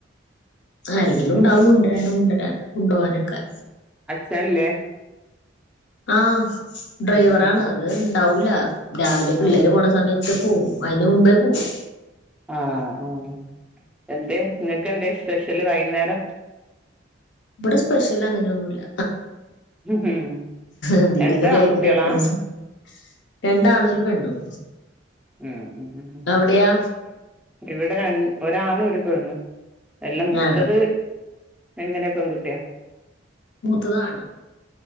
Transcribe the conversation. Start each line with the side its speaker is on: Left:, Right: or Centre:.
Left: ആരെങ്കിലും ഉണ്ടാവും
Centre: ഉം
Left: കൊണ്ടരാനും കൊണ്ടുവരാൻ കൊണ്ടുപോകാനൊക്കെ
Centre: തനേ
Left: ആ ഡ്രൈവറ
Centre: ഉം ഉം
Left: ആണ് അത് ഉണ്ടാവൂല രാവിലെ പിള്ളേര്
Centre: ആഹ്
Left: പോണ സമയത്ത് തു പോവും അയിന് മുമ്പേ പോവും
Centre: ആ ആ എന്ത നിങ്ങക്ക് എന്ത സ്പെഷ്യല് വൈകുന്നേരം
Left: ഇവിടെ സ്പെഷ്യൽ അങ്ങനെയൊന്നുമില്ല
Centre: ഉം
Left: എന്തലൊക്കെ
Centre: രണ്ടും
Left: ബേക്കറി
Centre: ആൺകുട്ടികളാ
Left: ഐറ്റംസ് രണ്ട ആണും ഒരു പെണ്ണും
Centre: ഉം ഉം ഉം ഉം
Left: അവിടെയാ
Centre: ഇവിടെ ഒരാ ആണും ഒരു പെണ്ണും എല്ല മൂത്തത്
Left: ആ
Centre: എങ്ങനെ പെൺകുട്ടിയാ
Left: മൂത്തത ആണ്